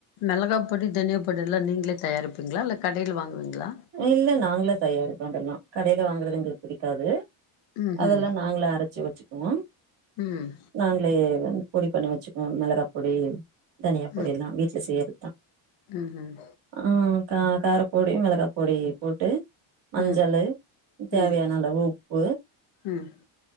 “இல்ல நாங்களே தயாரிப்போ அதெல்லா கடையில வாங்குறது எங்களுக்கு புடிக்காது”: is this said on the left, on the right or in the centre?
Right